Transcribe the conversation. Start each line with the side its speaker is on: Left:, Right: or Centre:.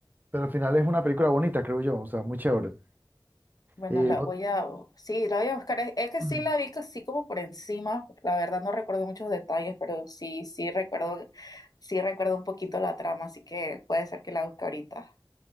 Right: pero al final es una película bonita, creo yo, o sea, muy chévere.
Left: Bueno,
Right: Eh,
Left: la
Right: ot-
Left: voy a, sí, la voy a buscar. Es, es que
Right: <clears throat>
Left: sí la vi casi como por encima. La verdad no recuerdo muchos detalles, pero sí, sí recuerdo, sí recuerdo un poquito la trama, así que puede ser que la busque ahorita.